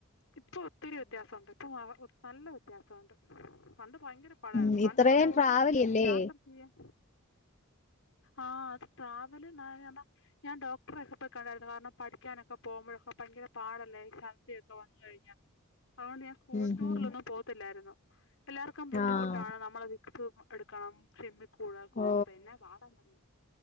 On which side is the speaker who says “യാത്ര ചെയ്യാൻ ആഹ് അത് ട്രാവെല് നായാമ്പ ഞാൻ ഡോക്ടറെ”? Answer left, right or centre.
Left